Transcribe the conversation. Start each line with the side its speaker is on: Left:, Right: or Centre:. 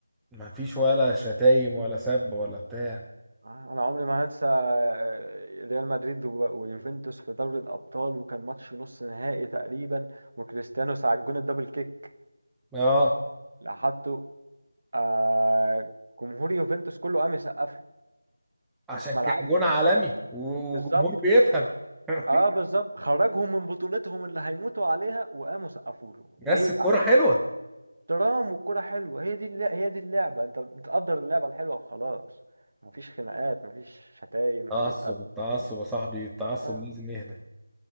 Centre: ما فيش ولا شتايم ولا سب ولا بتاع
Right: انا عمري ما هنسى آه، ريال مدريد و- ويوفنتوس في دوري الابطال وكان ماتش نص نهائي تقريبا وكريستيانو ساعة جون الدبل كيك
Centre: اه
Right: اللي حطه آه، جمهور يوفنتوس كله قام يسقف له
Centre: عشان
Right: كانوا في
Centre: كان
Right: ملعبه
Centre: جون عالمي و-
Right: بالظبط
Centre: وجمهور بيفهم
Right: اه
Centre: <laughs>
Right: بالظبط خرجهم من بطولتهم اللي هيموتوا عليها وقاموا سقفوا له
Centre: بس
Right: ليه
Centre: الكورة
Right: عشان
Centre: حلوة
Right: احترام والكرة حلوة هي دي اللع- هي دي اللعبة انت بتقدر اللعبة الحلوة وخلاص مفيش خناقات مفيش شتايم وقلة
Centre: تعصب
Right: أدب
Centre: التعصب
Right: مفيش-
Centre: يا صاحبي التعصب
Right: اه
Centre: لازم يهدى